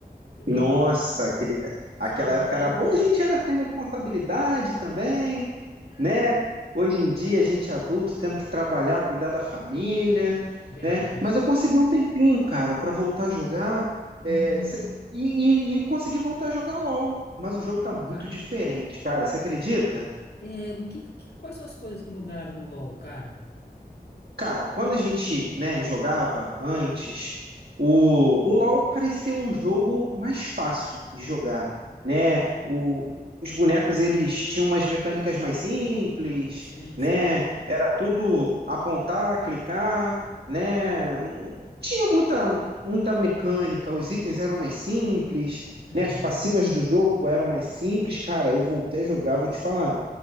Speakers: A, on the left; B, on the right.
A: Tentando
B: Nossa, aquele, aquela
A: subir
B: época
A: de
B: era
A: elo.
B: boa, a gente era sem responsabilidade também,
A: <laughs> É,
B: né? Hoje em dia, a gente é adulto, tendo que trabalhar, cuidar da família,
A: verdade.
B: né? Mas eu consegui um tempinho, cara, pra voltar a jogar, é,
A: Uhum.
B: cê- e, e, e consegui voltar a jogar LOL. Mas o jogo
A: Que Bom,
B: tá muito
A: cara.
B: diferente, cara, você acredita?
A: É, que, que- quais são as coisas que mudaram no LoL, cara?
B: Cara, quando a gente, né, jogava antes, o, o LoL parecia um jogo mais fácil de jogar, né? O- os bonecos, eles tinham umas mecânicas mais simples,
A: Sim,
B: né?
A: sim.
B: Era tudo apontar, clicar, né? Não Tinha muita, muita mecânica, os itens eram mais simples,
A: Uhum.
B: né? As passivas do jogo eram mais simples. Cara, eu voltei a jogar, vou te falar,